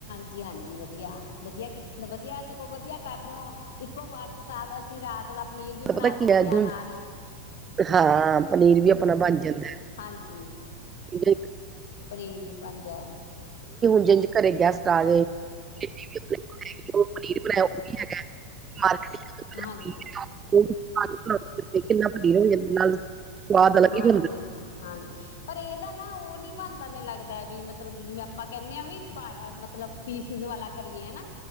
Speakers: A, on the left; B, on the right.
A: ਜੀ ਹਾਂਜੀ ਵਧੀਆ ਵਧੀਆ ਵਧੀਆ ਸਗੋਂ ਵਧੀਆ ਕਰਦੇ ਹੋ ਇੱਕੋ ਵਾਰ ਚ ਸ ਅਸੀਂ ਰਾਤ ਦਾ ਪਨੀਰ ਵੀ ਬਣਾ
B: ਪਤਾ
A: ਸਕਦੇ
B: ਕੀ ਹੈ ਜਿਵੇਂ
A: ਹਾਂ ਨਾਲ ਹੀ
B: ਹਾਂ ਪਨੀਰ ਵੀ ਆਪਣਾ ਬਣ ਜਾਂਦਾ <unintelligible>
A: ਹਾਂਜੀ
B: ਨਹੀਂ ਹੁਣ
A: ਪਨੀਰ ਵੀ ਬਣ ਜਾਏ
B: ਜਿ ਘਰੇ ਗੈਸਟ ਜੇ <unintelligible>
A: ਹਾਂਜੀ
B: <inaudible> <inaudible> ਅਲੱਗ
A: ਹਾਂਜੀ
B: ਹੀ ਹੁੰਦਾ
A: ਹਾਂ ਹਾਂਜੀ ਪਰ ਇਹਦਾ ਨਾ ਉਹ ਨੀ ਬਣਦਾ ਮੈਨੂੰ ਲੱਗਦਾ ਵੀ ਮਤਲਬ ਜਿਵੇਂ ਆਪਾਂ ਕਹਿੰਦੇ ਹਾਂ ਵੀ ਫ ਮਤਲਬ ਪੀਸਿਸ ਵਾਲਾ ਕਰੀਏ ਹਨਾ